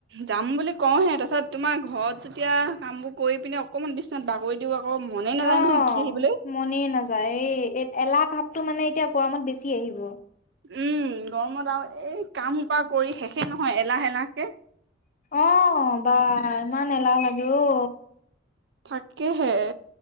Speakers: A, on the right; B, on the left.
A: যাম বুলি কওঁহে তাৰপাছত তোমাৰ। ঘৰত যেতিয়া কামবোৰ কৰি পিনে অকণমান বিছনাত বাগৰি দিওঁ। আকৌ মনে নাযায়
B: অ
A: নহয় উঠি আহিবলৈ।
B: মনে নাযায় এই এ এলাহ ভাৱ তটো মানে এতিয়া গৰমত বেছি আহিব।
A: উম গৰমত আৰু এই কাম সোপা কৰি শেষেই নহয় এলাহ-এলাহকে।
B: অ বা ইমান এলাহ লাগে অ।
A: তাকেহে।